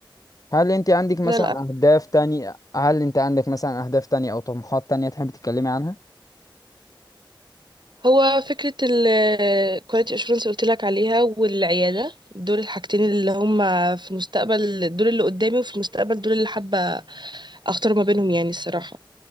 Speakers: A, on the left (about 40°); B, on the right (about 60°).
A: هل انت عندك مثلا
B: لا لا
A: اهداف تانية هل انت عندك مثلا اهداف تانية او طموحات تانية تحب تتكلمي عنها
B: هو فكره الكواليتي اشورنس اللي قلت لك عليها والعياده دول الحاجتين اللي هم في المستقبل دول اللي قدامي وفي المستقبل دول اللي حابه اختار ما بينهم يعني الصراحه